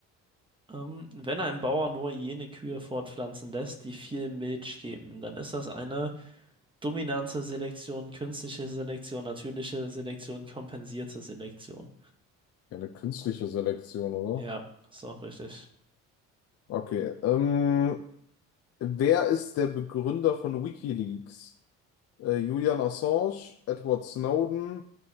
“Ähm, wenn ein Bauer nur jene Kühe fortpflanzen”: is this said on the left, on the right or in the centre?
Right